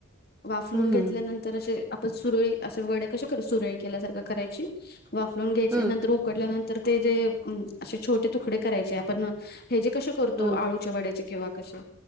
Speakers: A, on the left; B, on the right.
A: वाफलून
B: हम्म
A: घेतल्यानं
B: हम्म
A: तर असे आपण सुरळी, असे वडे कसे करू, सुरळी केल्यासारखं करायची, वाफलून घ्यायचे
B: हम्म
A: नंतर ऊ उकडल्यानंतर ते जे असे छोटे तुकडे करायचे, आपण हयाजे कसं करतो,
B: हम्म
A: आळूच्या वड्याचे किंवा कसे,